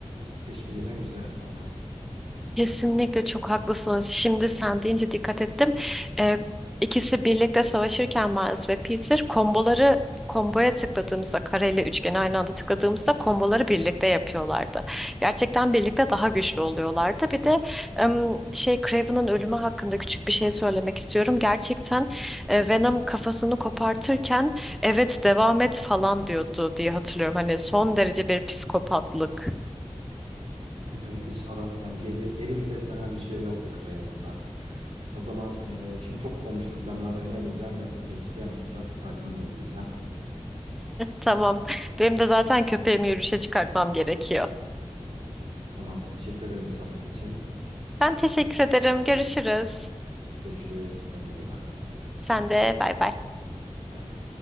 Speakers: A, on the right; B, in the centre.
A: e, teşvik eden güzel bir konu.
B: Kesinlikle çok haklısınız. Şimdi sen deyince dikkat ettim. Ee, ikisi birlikte savaşırken Miles ve Peter komboları komboya tıkladığımızda kareyle üçgeni aynı anda tıkladığımızda komboları birlikte yapıyorlardı. Gerçekten birlikte daha güçlü oluyorlardı. Bir de em, şey Craven'ın ölümü hakkında küçük bir şey söylemek istiyorum. Gerçekten e, Venom kafasını kopartırken evet devam et falan diyordu diye hatırlıyorum. Hani son derece bir psikopatlık.
A: <laughs> Evet hiç adam yani geri, geri vites denen bir şey yoktu Craven'da. O zaman e, şimdi çok konuştuk. Ben daha dayanamayacağım. Ben geçeceğim. Biraz Spider-Man oynayacağım.
B: Tamam. Benim de zaten köpeğimi yürüyüşe çıkartmam gerekiyor.
A: Tamamdır. Teşekkür ederim bu sohbet için.
B: Ben teşekkür ederim. Görüşürüz.
A: Görüşürüz. Kendine iyi bak.
B: Sen de bay bay.
A: Bay bay.